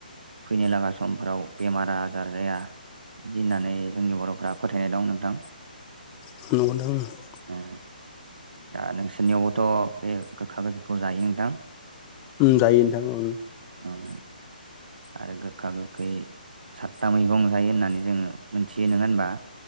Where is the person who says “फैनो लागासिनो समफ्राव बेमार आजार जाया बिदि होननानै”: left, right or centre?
Right